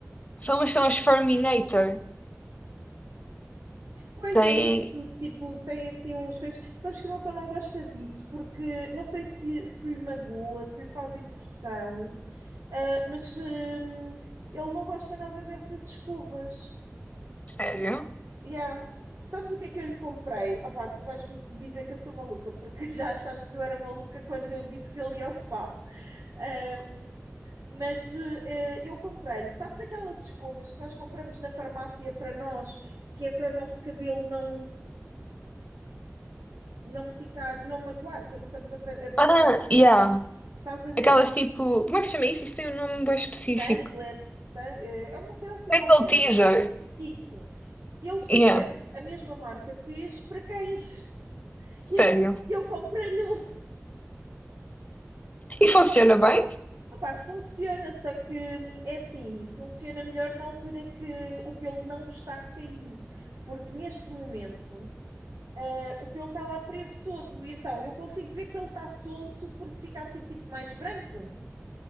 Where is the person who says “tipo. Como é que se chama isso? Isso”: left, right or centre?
Left